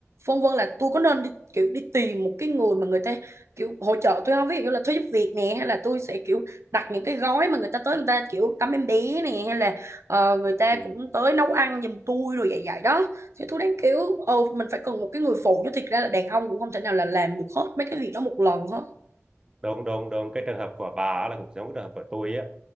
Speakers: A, on the right; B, on the right.
A: phân vân là tôi có nên đi, kiểu đi tìm một cái người mà người ta kiểu hỗ trợ tôi không ví dụ như là thuê giúp việc nè hay là tôi sẽ kiểu đặt những cái gói mà người ta tới người ta kiểu tắm em bé nè hay là ờ, người ta
B: ừ.
A: cũng tới nấu ăn giùm tôi rồi vậy vậy đó thì tôi đang kiểu ờ mình phải cần một cái người phụ chứ thiệt ra là đàn ông cũng không thể nào là làm được hết mấy cái việc đó một lần hết
B: đúng đúng đúng cái trường hợp của bà á là cũng giống cái trường hợp của tôi á